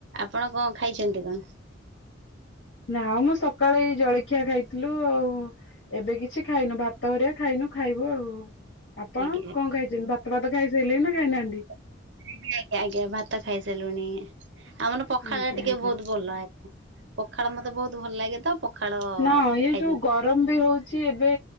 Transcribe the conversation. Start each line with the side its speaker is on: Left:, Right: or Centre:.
Right: ଆପଣ କଣ ଖାଇଛନ୍ତି କଣ?
Left: ନା ମ ସକାଳେ ଏଇ ଜଳଖିଆ ଖାଇଥିଲୁ। ଆଉ ଏବେ କିଛି ଖାଇନୁ। ଭାତ ହେରୀକା ଖାଇନୁ ଖାଇବୁ। ଆଉ ଆପଣ
Right: ଆଜ୍ଞା
Left: କଣ ଖାଇଛନ୍ତି ଭାତ ଭାତ ଖାଇସାରିଲେଣି ନା ଖାଇନାହାନ୍ତି?
Right: ଆଜ୍ଞା ଆଜ୍ଞା ଭାତ ଖାଇସାରିଲୁଣି। ଆମର ପଖାଳ
Left: ଆଜ୍ଞା
Right: ଟିକେ
Left: ଆଜ୍ଞା
Right: ବହୁତ ଭଲ ଆଜ୍ଞା। ପଖାଳ ମତେ ବହୁତ ଭଲ ଲାଗେ ତ ପଖାଳ
Left: ନା ଏଇ
Right: ଖାଇଦେଇଛି
Left: ଯୋଉ ଗ ଗରମ ବି ହଉଛି ଏବେ